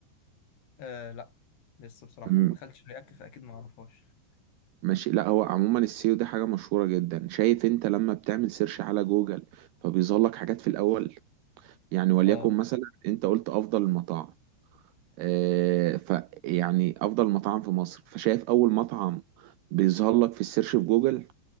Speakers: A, on the left; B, on the right.
A: آه لا لسه بصراحه
B: السيو
A: ما دخلتش رياكت فاكيد ما اعرفهاش
B: ماشي لا هو عموما السيو ده حاجة مشهورة جدا شايف انت لما بتعمل سيرش على جوجل فبيظهر لك حاجات في الأول يعني وليكن
A: اه
B: مثلا انت قلت أفضل المطاعم اه ف يعني أفضل مطاعم في مصر فشايف أول مطعم بيظهر لك في السيرش في جوجل